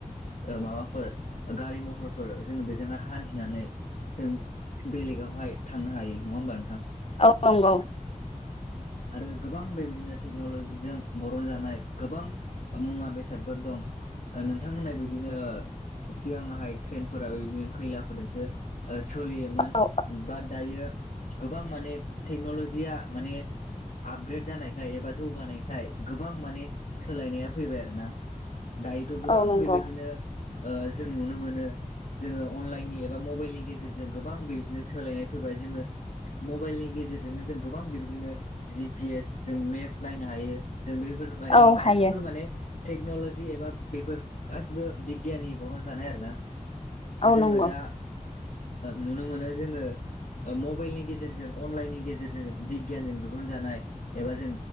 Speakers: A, on the left; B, on the left.
A: माबाफोर गारि मथरफोर जो जोङो हान्थिनानै जों बेलेगावहाय थांनो हायो नङा होमबा नोंथां?
B: औ नंगौ
A: आरो गोबां बेबायदिनो टेक्न'लजिजों बरन जानाय गोबां मुवा बेसादफोर दं। नोंथांमोनहा बिदिनो सिगाङाहाय ट्रेन फोर बेदिनो खैलाफोरजोंसो सोलियोमोन
B: औ
A: बाट दायो। गोबां माने टेक्नलजिया माने आपग्रेद जानायखाय एबा जौगानायखाय गोबां माने सोलायनाया फैबाय आरोना। दायोथ' गोबां
B: औ नंगौ
A: बेबायदिनो जों नुनो मोनो। जोङो अनलाइननि एबा मबाइलनि गेजेरजों गोबां बेबायदिनो सोलायनाय फैबाय जोङो मबाइलनि गेजेर। गेजेरजोंनो जों गोबां बेबायदिनो जि पि एस जों मेप नायनो हायो जों बेफोर माने
B: औ
A: गासिबो
B: हायो
A: माने टेक्न'ल'जि एबा बेफोर गासिबो बिगियाननि बरन जानाय आरो ना?
B: औ
A: जोङो
B: नंगौ
A: दा नुनो मोनो जोङो। मबाइलनि गेजेरजों अनलाइननि गेजेरजों बिगियानजों द दिहुन जानाय एबा जों